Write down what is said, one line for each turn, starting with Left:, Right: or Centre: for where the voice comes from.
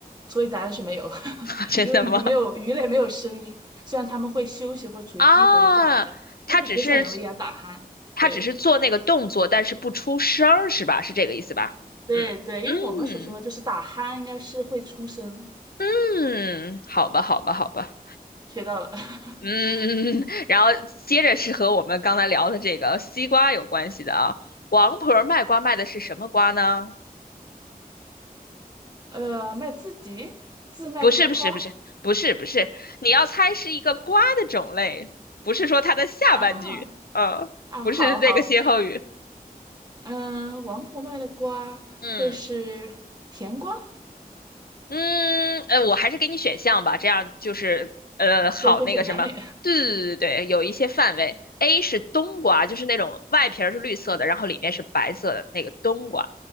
Right: 所以答案是没有，<laughs>
Left: <laughs> 真的吗？
Right: 因为鱼没有鱼类没有声音，虽然它们会休息或处于低活跃状态，
Left: 啊，他只是
Right: 但它不会像人类一样打鼾。
Left: 他只是做那个动作，
Right: 对
Left: 但是不出声儿，是吧？是这个意思吧？
Right: 对对，
Left: 嗯嗯
Right: 因为我们所说的就是打鼾，应该是会出声，
Left: 嗯，好吧，好吧，好吧。
Right: 学到了。<laughs>
Left: 嗯，<laughs> 然后接着是和我们刚才聊的这个西瓜有关系的啊。王婆儿卖瓜卖的是什么瓜呢？
Right: 呃，卖自己，自卖自夸
Left: 不是，不是，不是，不是，不是，你要猜是一个瓜的种类，不是说它的下半句，
Right: 啊
Left: 嗯，
Right: 啊，
Left: 不是这个歇后语，
Right: 好好，嗯、王婆卖的瓜会是甜瓜，
Left: 嗯。嗯，呃，我还是给你选项吧，这样就是呃，好那个什么，
Right: 对，会简单点。<laughs>
Left: 对对对对有一些范围。A 是冬瓜，就是那种外皮儿是绿色的，然后里面是白色的那个冬瓜。